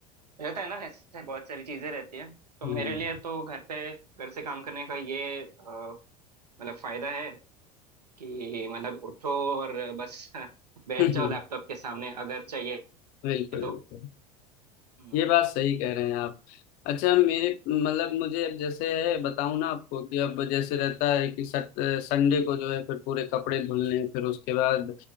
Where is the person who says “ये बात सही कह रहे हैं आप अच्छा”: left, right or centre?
Left